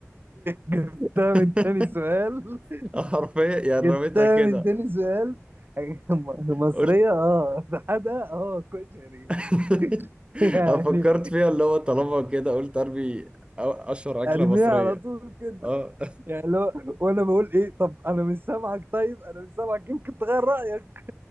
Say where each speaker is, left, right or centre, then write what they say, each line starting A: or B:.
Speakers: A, on the right (about 45°); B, on the right (about 20°).
A: جبتها
B: <laughs>
A: من تاني سؤال <laughs>
B: حرفيا يعني
A: جبتها
B: رميتها كده
A: من تاني سؤال <laughs> م- مصرية
B: قلت
A: اه ده حدا اه كشري
B: <laughs>
A: <laughs> يعني
B: انا فكرت فيها اللي هو طالما كده قلت ارمي أ- اشهر اكله
A: ارميها
B: مصريه
A: على طول كده
B: اه
A: يعني لو وانا بقول ايه طب انا مش سامعك طيب انا مش سامعك يمكن تغير رايك